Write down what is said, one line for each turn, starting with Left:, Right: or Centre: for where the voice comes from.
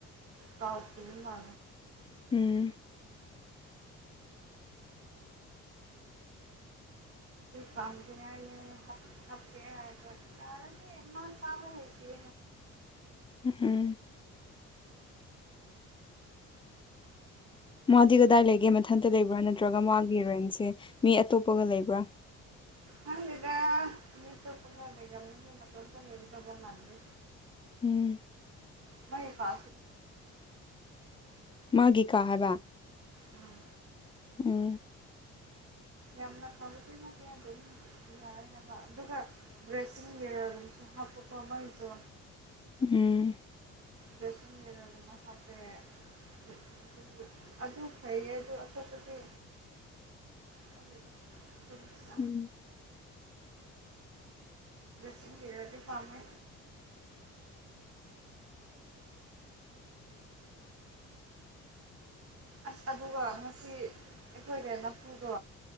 Right: ꯇꯥꯎꯄꯤ ꯃꯥ
Left: ꯎꯝ
Right: ꯐꯥꯡꯗ ꯑꯀꯦ ꯍꯥꯏꯦ ꯌꯥꯔꯗꯤ ꯃꯥ ꯁꯥꯕ ꯍꯇ
Left: ꯎꯝ ꯎꯝ ꯃꯥꯗꯤ ꯀꯗꯥꯏ ꯂꯩꯒꯦ ꯃꯊꯟꯇ ꯂꯩꯕ꯭ꯔꯥ ꯅꯠꯇ꯭ꯔꯒ ꯃꯥꯒꯤ ꯔꯦꯟꯁꯦ ꯃꯤ ꯑꯇꯣꯞꯄꯒ ꯂꯩꯕ꯭ꯔꯥ
Right: ꯍꯪ ꯏꯗ ꯃꯤ ꯇꯒ ꯂꯩꯒꯅ ꯇ ꯂꯩꯗꯕ ꯃꯗ
Left: ꯎꯝ
Right: ꯀꯁꯤ ꯊ
Left: ꯃꯥꯒꯤ ꯀꯥ ꯍꯥꯏꯕ
Right: ꯎꯝ
Left: ꯎꯝ
Right: ꯌꯥꯝꯅ ꯊꯥꯎꯗꯅ ꯀꯂꯥꯏꯅꯤ ꯌꯥꯅꯕ ꯑꯗꯨꯒ ꯗ꯭ꯔꯦꯁꯤꯡꯔꯤꯁꯨ ꯍꯥꯞꯄꯀꯣ ꯃꯩꯁꯨ
Left: ꯎꯝ
Right: ꯁꯗ ꯃꯍꯥꯛ ꯍꯥꯄꯦ ꯑꯗꯨ ꯑꯗꯨ ꯐꯩꯌꯦꯗꯣ ꯑꯇꯣꯞꯄꯗꯤ ꯍꯥꯏꯗꯝ
Left: ꯎꯝ
Right: ꯁ ꯍꯔꯗꯤ ꯐꯥꯝꯃꯦ ꯑꯁ ꯑꯗꯨꯒ ꯉꯁꯤ ꯑꯩꯈꯣꯏꯒꯤ ꯅꯐꯨꯗꯣ